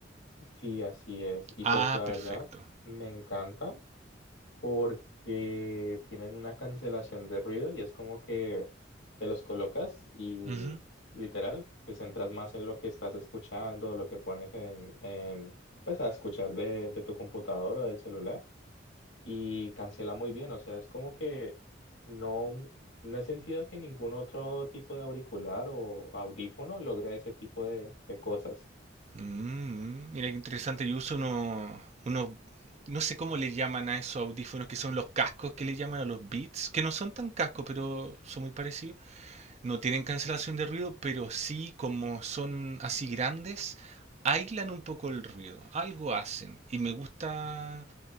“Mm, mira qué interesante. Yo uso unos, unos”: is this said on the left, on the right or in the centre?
Right